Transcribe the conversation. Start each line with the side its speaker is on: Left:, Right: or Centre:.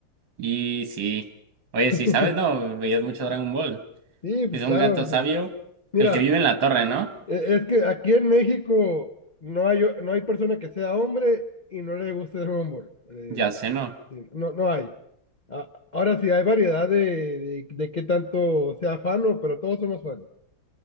Right: Y sí. Oye,
Left: <laughs>
Right: sí, ¿sabes? No, veías mucho Dragon Ball.
Left: Sí, pues
Right: Es
Left: claro.
Right: un gato sabio,
Left: pues, Mira,
Right: el que vive en la torre, ¿no?
Left: E- Es que aquí en México no hay, o- no hay persona que sea hombre y no le guste Dragon Ball. Eh,
Right: Ya sé, ¿no?
Left: sí, no, no hay. A- ahora sí, hay variedad de, de, de qué tanto sea fan, o- pero todos somos fans.